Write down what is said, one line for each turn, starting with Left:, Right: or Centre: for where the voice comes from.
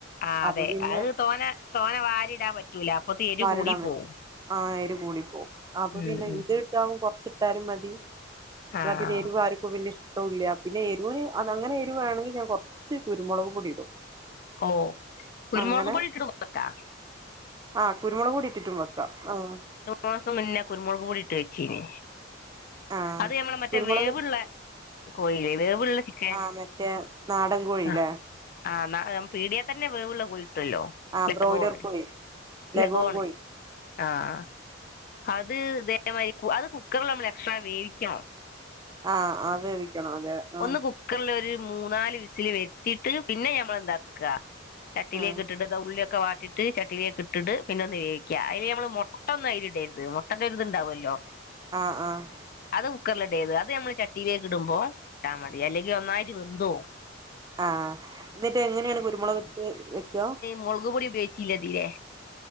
Left: ആഹ്
Right: അപ്പൊ
Left: അതെ
Right: പിന്നെ
Left: അത് തോന തോന വാരിടാൻ പറ്റൂല അപ്പൊ തേരു
Right: വാരിടാൻ
Left: കൂടി പോവും
Right: പറ്റും ആഹ് എരു കൂടി പോകും അപ്പൊ
Left: ഉം
Right: പിന്നെ
Left: ഉം
Right: ഇത് ഇ കുറച്ചിട്ടാലും മതി എന്നാ
Left: ആഹ്
Right: പിന്നെ എരു ആർക്കും വല്ല്യ ഇഷ് ഇല്ല പിന്നെ എരിവിന് അത് അങ്ങനെ എരുവയാണെങ്കിൽ ഞാൻ കുറച്ച് കുരുമുളക് പൊടി ഇടും
Left: ഓഹ് കുരുമുളക്
Right: അങ്ങനെ
Left: പൊടി ഇട്ടിട്ട പോട്ടാ
Right: ആഹ് കുരുമുളക് കൂടി ഇട്ടിട്ടും വെക്കാം ആഹ്
Left: മാസം പിന്നെ കുരുമുളക് പൂടി ഇട്ട് വെച്ചീന്
Right: ആഹ്
Left: അത് ഞമ്മളെ മറ്റേ
Right: കുരുമുളക്
Left: വേവുള്ള കോഴില്ലേ വേവിള്ള ചിക്കൻ
Right: ആഹ് മറ്റേ നാടൻ കോഴിയില്ലേ
Left: ആഹ് ആഹ് പീടിയ തന്നെ വേവള്ള കൊയിട്ടല്ലോ
Right: ആഹ്
Left: ലഗോണ്
Right: ബ്രോയിലർ കോഴി ലഗോൺ
Left: ലഗോണ്
Right: കോഴി
Left: ആഹ് ആഹ് അത് ഇതേ മയിരി അത് കുക്കറിൽ നമ്മൾ എക്സ്ട്രാ വേവിക്കണം
Right: ആഹ് വേവിക്കണം അതെ ആഹ്
Left: ഒന്ന് കുക്കറൽ ഒരു മൂന്നാല് വിസില് വരുത്തിയിട്ട് പിന്നെ ഞമ്മൾ എന്താ ക്കാ ചട്ടിലേക്ക്
Right: ആഹ്
Left: ഇട്ട്ത് ഉള്ളിയൊക്കെ വാട്ടിട്ട് ഇട്ട് ചട്ടിലേക്ക് ഇട്ട്ട്ട് പിന്ന ഒന്ന് വേവിക്ക അയ്ല് നമ്മള് മുട്ട ഒന്നും അയിരി ഇടരുത് മുട്ടന്റെ ഒരിത് ഇണ്ടാവുല്ലോ
Right: ആഹ് ആഹ്
Left: അത് കുക്കറിലുടേത് അത് നമ്മള് ചട്ടിലേക്ക് ഇടുമ്പോ കട്ടാ മതി അല്ലെങ്കിൽ ഒന്നായിട്ട് വെന്തോവും
Right: ആഹ് എന്നിട്ട് എങ്ങനെയാണ് കുരുമുളക് എടുത്ത് വെക്കോ
Left: മുളക്പൊടി ഉപയോഗിച്ചില്ലതില്ലേ